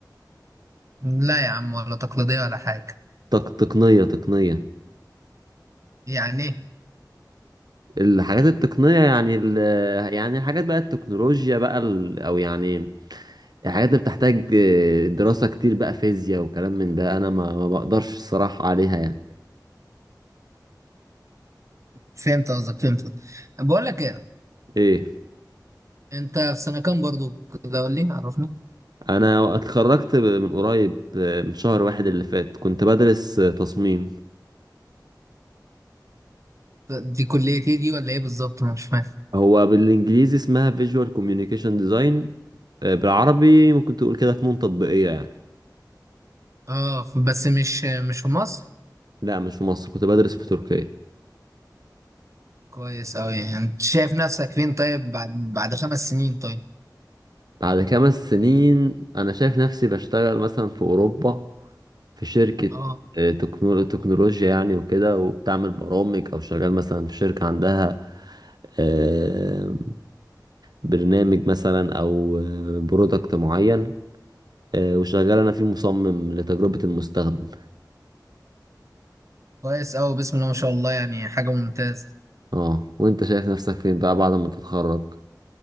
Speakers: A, on the right; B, on the right.
A: لا يا عم ولا تقليديه ولا حاجه
B: تق... تقنية تقنية
A: يعني ايه
B: الحاجات التقنية يعني ال... يعني الحاجات بقى التكنولوجيا بقى ال... او يعني الحاجات اللي بتحتاج آه، دراسة كتير بقى فيزياء وكلام من ده أنا ما, ما بقدرش الصراحة عليها يعني
A: فهمت قصدك فهمت قصدك. بقول لك ايه
B: إيه
A: انت في سنه كام برضو كده قول لي عرفني
B: أنا اتخرجت من قريب آه، من شهر واحد اللي فات كنت بدرس آه، تصميم
A: دي كليه ايه دي ولا ايه بالظبط انا مش فاهم
B: هو بالإنجليزي اسمها Visual Communication Design آه، بالعربي ممكن تقول كده فنون تطبيقية يعني
A: اه ف- بس مش مش في مصر
B: لا مش في مصر كنت بدرس في تركيا
A: كويس اوي يعني انت شايف نفسك فين طيب بعد بعد خمس سنين طيب
B: بعد خمس سنين انا شايف نفسي بشتغل مثلا في اوروبا في شركة
A: اه
B: آه، تكنو- تكنولوجيا يعني وكده وبتعمل برامج او شغال مثلا في شركة عندها آه، برنامج مثلا او برودكت معين آه، وشغال انا فيه مصمم لتجربة المستخدم
A: كويس أوي بسم الله ما شاء الله يعني حاجة ممتازة
B: اه وانت شايف نفسك فين بقى بعد ما تتخرج